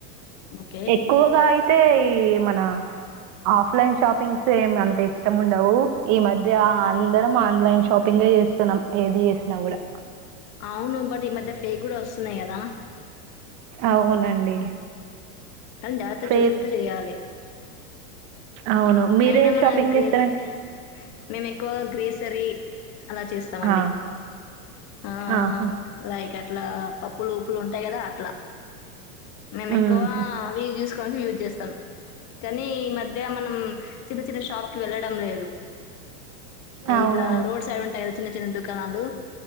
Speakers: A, on the left (about 40°); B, on the right (about 40°).
A: ఓకే
B: ఎక్కువగా ఇ తే ఈ మన ఆఫ్లైన్ షాపింగ్స్ ఏం అంత ఇష్టం ఉండవు ఈ మధ్య అందరం ఆన్లైన్ షాపింగ్ <unintelligible> చేస్తున్నం ఏది చేసినా కూడా
A: అవును బట్ ఈ మధ్య ఫేక్ కూడా వస్తున్నాయి కదా
B: అవునండి
A: కానీ జాగ్రత్తగా
B: ఫేక్
A: చూసుకుంటూ చెయ్యాలి
B: అవును మీరే
A: అయినా మనం
B: షాపింగ్
A: గ్రేసే
B: చేస్తారండి
A: మేము ఎక్కువ గ్రేసరీ అలా చేస్తామండి
B: ఆ,
A: ఆ
B: ఆహా
A: లైక అట్లా పప్పులు ఉప్పులు ఉంటాయి కదా అట్లా మేము
B: ఉమ్,
A: ఎక్కువ అవి చూసుకోవడానికి యూజ్ చేస్తాం కానీ ఈ మధ్య మనం చిన్న చిన్న షాప్ కి వెళ్ళడం లేదు అ
B: అవునండి
A: ఇట్లా రోడ్ సైడ్ ఉంటాయి చిన్న చిన్న దుకాణాలు